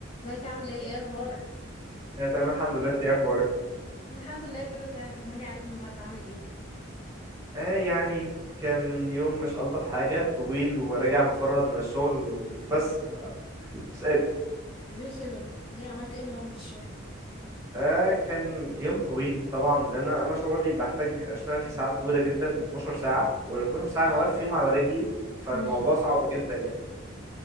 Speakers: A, on the left; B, on the right.
A: ازيك عامل ايه ايه اخبارك
B: يعني تمام الحمد لله انت ايه اخبارك
A: الحمد لله كله تمام طمني عليك النهارده عامل ايه
B: اه يعني كان يوم مش الطف حاجه طويل وراجع مفرهد من الشغل وبس مش قادر
A: ليه كده ليه عملت ايه النهارده في الشغل
B: اه كان يوم طويل طبعا لان انا شغلي بحتاج اشتغل فيه ساعات طويله جدا 12 ساعه وال 12
A: كتير
B: ساعه انا
A: قوي
B: واقف فيهم على رجلي فالموضوع
A: امم
B: صعب جدا يعني